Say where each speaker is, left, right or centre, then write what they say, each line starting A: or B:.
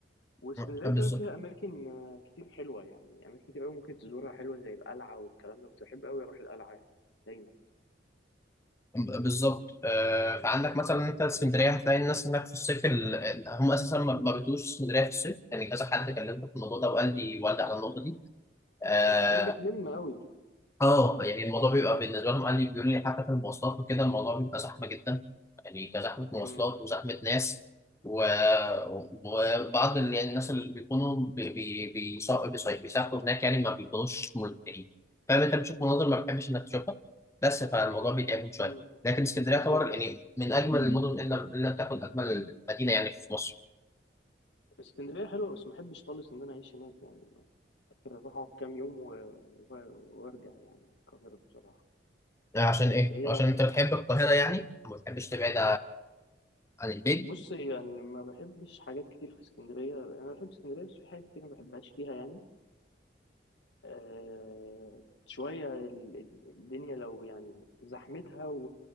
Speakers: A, on the left; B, on the left.
A: واسكندرية
B: آه، بالظبط
A: كمان فيها أماكن آه، كتير حلوة يعني أماكن كتير أوي ممكن تزورها حلوة زي القلعة والكلام ده كنت بحب أوي أروح القلعة يعني دايما
B: بالظبط آه، فعندك مثلا انت اسكندريه هتلاقي الناس هناك في الصيف ال... ال- هم اساسا ما ما بيتوش اسكندريه في الصيف يعني كذا حد كلمت في الموضوع ده وقال لي والدي على النقطه دي آه،
A: <clears throat> عشان بتلم أوي
B: اه يعني الموضوع بيبقى بالنسبه لهم قال لي بيقول لي حتى في المواصلات وكده الموضوع بيبقى زحمه جدا يعني كزحمه مواصلات
A: مم.
B: وزحمه ناس و... وبعض ال- يعني الناس اللي بيكونوا بي... بي... بيص- بيص- بيسافروا هناك يعني ما بيكونوش مرتاحين فاهم انت بتشوف مناظر ما بتحبش انك تشوفها بس فالموضوع بيتعبهم شويه
A: مم.
B: لكن اسكندريه
A: بالظبط
B: تعتبر يعني من اجمل مم. المدن الا الا تكون اجمل مدينه يعني في مصر
A: اسكندرية حلوة بس ما أحبش خالص إن أنا أعيش هناك يعني ممكن أروح أقعد كام يوم و... و... وأرجع يعني القاهرة بصراحة
B: آه، عشان
A: بس
B: ايه؟
A: هي
B: عشان انت بتحب القاهره يعني وما بتحبش تبعد عن البيت
A: بص يعني ما بحبش حاجات كتير في اسكندرية أنا بحب اسكندرية بس في حاجات كتير ما بحبهاش فيها يعني آه شوية ال- الدنيا لو يعني زحمتها